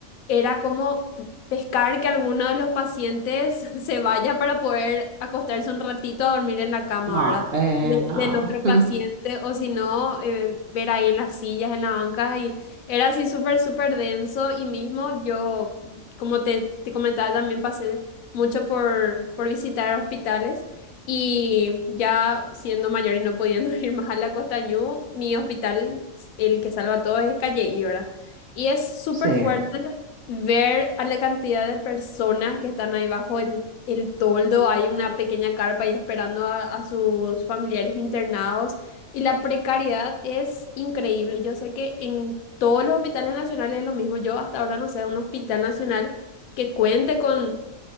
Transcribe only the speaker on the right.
no,
eh,
no.
<laughs>
Sí.